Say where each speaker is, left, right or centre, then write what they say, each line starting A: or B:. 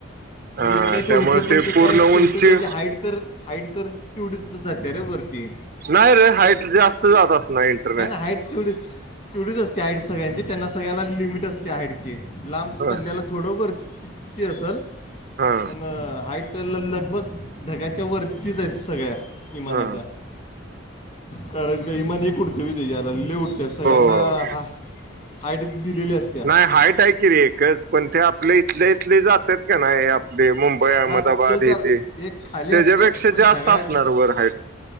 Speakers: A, on the right; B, on the left.
A: हा
B: इथं ते
A: त्यामुळे
B: उडते पण ते
A: पूर्ण
B: काय शेवटी
A: उंची
B: त्याची व्हाइट तर व्हाईट तर तेवढीच जातंय रे वरती
A: नाही रे व्हाईट जास्त जात असणार इंटरमॅ
B: <unintelligible> तुडीच असते हाड सगळ्यांची त्यांना सगळ्याला लिमिट असते हाडचे लांब पडल्यालं
A: हा
B: थोडंभ तिथे असेल
A: हा
B: पण हाईट, तर ल लगभग ढग्याच्या वरतीच आहेत सगळ्या विमानाच्या.
A: हा
B: कारण का इमाण एक उडते वि ते याला ले उडत सगळ्यांना
A: हो
B: हा हाईट दिलेली असत्या
A: नाही हायट आहे कि र एकच पण ते आपल्या इथल्या इथले जातात का नाही आपले मुबई अहमदाबाद
B: हा ते जर
A: इथे
B: ते खाली
A: त्याच्यापेक्षा
B: असतात पण
A: जास्त
B: ढगा
A: असणार वर हाईट.